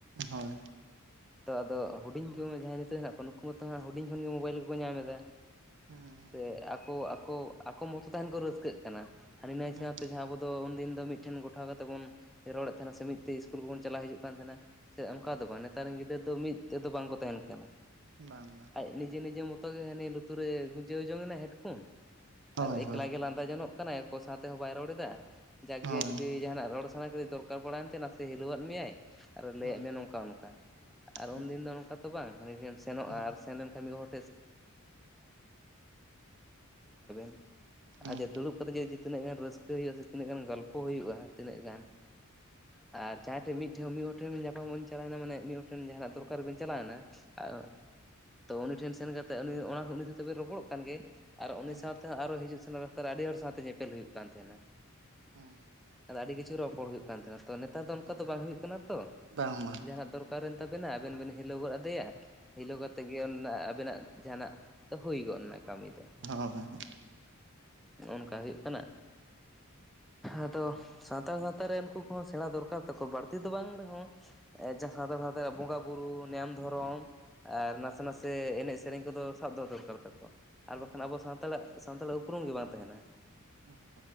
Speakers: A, on the right (about 55°); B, in the centre.
A: ᱦᱚᱭ᱾
B: <inaudible> ᱛᱚ ᱟᱫᱚ ᱦᱩᱰᱤᱧ ᱠᱚ ᱡᱟᱦᱟᱸᱭ ᱱᱤᱛᱚᱜ ᱦᱮᱱᱟᱜ ᱠᱚᱣᱟ ᱱᱩᱠᱩ ᱢᱟᱛᱚ ᱦᱟᱸᱜ ᱦᱩᱰᱤᱧ ᱠᱷᱚᱱ ᱜᱮ ᱢᱩᱵᱟᱭᱤᱞ ᱜᱮᱠᱚ ᱧᱟᱢ ᱮᱫᱟ ᱾
A: ᱦᱮᱸ ᱦᱮᱸ
B: ᱥᱮ ᱟᱠᱚ ᱟᱠᱚ ᱟᱠᱚ ᱢᱚᱛᱚ ᱛᱟᱦᱮᱱ ᱠᱚ ᱨᱟᱹᱥᱠᱟᱹᱜ ᱠᱟᱱᱟ ᱾ ᱦᱟᱹᱱᱤ ᱱᱟᱹᱭ
A: ᱦᱮᱸ
B: ᱥᱟᱶᱛᱮ ᱡᱟᱦᱟᱸ ᱟᱵᱚ ᱟᱫᱚ ᱩᱱ ᱫᱤᱱ ᱫᱚ ᱢᱤᱫ ᱴᱷᱮᱱ ᱜᱚᱴᱟᱣ ᱠᱟᱛᱮᱫ ᱵᱚᱱ ᱨᱚᱲᱮᱫ ᱛᱟᱦᱮᱱ ᱥᱮ ᱢᱤᱫ ᱛᱮ ᱤᱥᱠᱩᱞ ᱠᱚᱵᱚᱱ ᱪᱟᱞᱟᱣ ᱦᱤᱡᱩᱜ ᱠᱟᱱ ᱛᱟᱦᱮᱱᱟ ᱾ ᱥᱮ ᱚᱱᱠᱟ ᱫᱚ ᱵᱟᱝ ᱱᱮᱛᱟᱨ ᱨᱤᱱ ᱜᱤᱫᱽᱨᱟᱹ ᱫᱚ ᱢᱤᱫ ᱛᱮ ᱫᱚ ᱵᱟᱝᱠᱚ ᱛᱟᱦᱮᱱ ᱠᱟᱱᱟ ᱾
A: ᱵᱟᱝ ᱵᱟᱝ᱾
B: ᱟᱡ ᱱᱤᱡᱮ ᱱᱤᱡᱮ ᱢᱚᱛᱚ ᱜᱮ ᱦᱟᱱᱤ ᱞᱩᱛᱩᱨ ᱨᱮ ᱜᱩᱸᱡᱟᱹᱣ ᱡᱚᱝ ᱮᱱᱟ ᱦᱮᱰᱯᱷᱳᱱ᱾
A: ᱦᱳᱭ
B: ᱟᱨ ᱮᱠᱷᱞᱟ
A: ᱦᱳᱭ
B: ᱜᱮ ᱞᱟᱸᱫᱟ ᱡᱚᱱᱚᱜ ᱠᱟᱱᱟᱭ ᱾ᱚᱠᱚᱭ ᱥᱟᱶᱛᱮ ᱦᱚᱸ ᱵᱟᱭ ᱨᱚᱲ ᱮᱫᱟ ᱾ ᱡᱟᱠᱜᱮ
A: ᱦᱳᱭ
B: ᱡᱩᱫᱤ ᱡᱟᱦᱟᱱᱟᱜ ᱨᱚᱲ ᱥᱟᱱᱟ ᱠᱮᱫᱮ ᱫᱚᱨᱠᱟᱨ ᱯᱟᱲᱟᱭᱮᱱ ᱛᱮ ᱱᱟᱥᱮ ᱦᱤᱞᱟᱹᱣᱟᱫ ᱢᱮᱭᱟᱭ ᱟᱨ ᱞᱟᱹᱭᱟᱜ
A: ᱦᱳᱭ
B: ᱢᱮᱭᱟ ᱚᱝᱠᱟ ᱱᱚᱝᱠᱟ ᱾ ᱠᱟᱨ,
A: ᱦᱮᱸ
B: ᱩᱱ ᱫᱤᱱ ᱫᱚ ᱱᱚᱝᱠᱟ ᱛᱚ ᱵᱟᱝ ᱦᱟᱹᱱᱤ ᱴᱷᱮᱱ ᱮᱢ ᱥᱮᱱᱚᱜᱼᱟ
A: ᱦᱮᱸ
B: ᱟᱨ ᱥᱮᱱ ᱞᱮᱱᱠᱷᱟᱱ ᱢᱤᱫ ᱦᱚᱲ <unintelligible>
A: ᱦᱮᱸ
B: ᱟᱪᱪᱷᱟ ᱫᱩᱲᱩᱵ ᱠᱟᱛᱮᱜ ᱡᱫᱤ ᱛᱤᱱᱟᱹᱜ ᱜᱟᱱ ᱨᱟᱹᱥᱠᱟᱹ ᱦᱩᱭᱩᱜᱼᱟ ᱥᱮ ᱛᱤᱱᱟᱹᱜ ᱜᱟᱱ ᱜᱚᱞᱯᱷᱚ ᱦᱩᱭᱩᱜᱼᱟ ᱾ ᱛᱤᱱᱟᱹᱜ ᱜᱟᱱ ᱟᱨ ᱡᱟᱦᱟᱸᱭ ᱴᱷᱮᱱ ᱢᱤᱫ ᱴᱷᱮᱱ ᱢᱤᱫ ᱦᱚᱲ ᱴᱷᱮᱱ ᱧᱟᱯᱟᱢᱚᱜ ᱵᱤᱱ ᱪᱟᱞᱟᱣ ᱮᱱᱟ ᱢᱟᱱᱮ ᱢᱤᱫ ᱦᱚᱲ ᱴᱷᱮᱱ ᱡᱟᱦᱟᱱᱟᱜ ᱫᱚᱨᱠᱟᱨ ᱵᱤᱱ ᱪᱟᱞᱟᱣ ᱮᱱᱟ᱾ ᱟᱨ ᱛᱚ ᱩᱱᱤ ᱴᱷᱮᱱ ᱥᱮᱱ ᱠᱟᱛᱮᱫ ᱚᱱᱟ ᱩᱱᱤ ᱥᱟᱶ ᱛᱮᱵᱤᱱ ᱨᱚᱯᱚᱲᱚᱜ ᱠᱟᱱ ᱜᱮ ᱾ ᱟᱨ ᱩᱱᱤ
A: ᱦᱮᱸ
B: ᱥᱟᱶᱛᱮ ᱦᱚᱸ ᱟᱨᱦᱚ ᱦᱤᱡᱩᱜ ᱥᱮᱱᱚᱜ ᱨᱟᱥᱛᱟ ᱨᱮ ᱟᱹᱰᱤ ᱦᱚᱲ ᱥᱟᱶᱛᱮ ᱧᱮᱯᱮᱞ ᱦᱩᱭᱩᱜ ᱠᱟᱱ ᱛᱟᱦᱮᱱᱟ ᱾
A: ᱦᱩᱸ᱾
B: ᱟᱫᱚ ᱟᱹᱰᱤ ᱠᱤᱪᱷᱩ ᱨᱚᱯᱚᱲ ᱦᱩᱭᱩᱜ ᱠᱟᱱ ᱛᱟᱦᱮᱸᱱᱟ ᱾ ᱛᱚ ᱱᱮᱛᱟᱨ ᱫᱚ ᱚᱱᱠᱟ
A: ᱦᱳᱭ
B: ᱫᱚ ᱵᱟᱝ ᱦᱩᱭᱩᱜ ᱠᱟᱱᱟ ᱛᱚ
A: ᱵᱟᱝ ᱵᱟᱝ
B: ᱡᱟᱦᱱᱟᱜ ᱫᱚᱨ ᱚᱠᱟᱨᱮᱱ ᱛᱟᱵᱮᱱᱟ ᱟᱵᱮᱱ ᱵᱤᱱ ᱦᱤᱞᱟᱹ ᱜᱚᱫ ᱟᱫᱮᱭᱟ ᱾ ᱦᱮᱞᱳᱣ ᱠᱟᱛᱮᱫ ᱜᱮ ᱟᱵᱮᱱᱟᱜ ᱡᱟᱦᱟᱱᱟᱜ ᱫᱚ ᱦᱩᱭ ᱜᱚᱫ ᱮᱱᱟ ᱠᱟᱹᱢᱤ ᱫᱚ ᱾
A: ᱦᱚᱸ <unintelligible>
B: ᱱᱚᱜ-ᱚ ᱱᱚᱝᱠᱟ ᱦᱩᱭᱩᱜ ᱠᱟᱱᱟ ᱾ ᱟᱫᱚ ᱥᱟᱱᱛᱟᱲ ᱥᱟᱶᱛᱟ ᱨᱮ ᱩᱱᱠᱩ ᱠᱚᱦᱚᱸ ᱥᱮᱬᱟ ᱫᱚᱨᱠᱟᱨ ᱛᱟᱠᱚ ᱵᱟᱹᱲᱛᱤ ᱫᱚ ᱵᱟᱝ ᱨᱮᱦᱚᱸ ᱡᱟᱦᱟᱸ ᱥᱟᱱᱛᱟᱲ ᱥᱟᱶᱛᱟ ᱨᱮᱭᱟᱜ ᱵᱚᱸᱜᱟ ᱵᱩᱨᱩ, <unintelligible> ᱫᱷᱚᱨᱚᱢ, ᱟᱨ ᱱᱟᱥᱮ ᱱᱟᱥᱮ ᱮᱱᱮᱡ ᱥᱮᱨᱮᱧ ᱠᱚᱫᱚ ᱥᱟᱵ ᱫᱚᱦᱚ ᱫᱚᱨᱠᱟᱨ ᱛᱟᱠᱚ ᱟᱨ
A: ᱚ
B: ᱵᱟᱠᱷᱟᱱ
A: ᱦᱚᱸ
B: ᱟᱵᱚ ᱥᱟᱱᱛᱟᱲᱟᱜ ᱥᱟᱱᱛᱟᱲᱟᱜ ᱩᱯᱨᱩᱢ ᱜᱮ ᱵᱟᱝ ᱛᱟᱦᱮᱱᱟ ᱾
A: ᱦᱳᱭ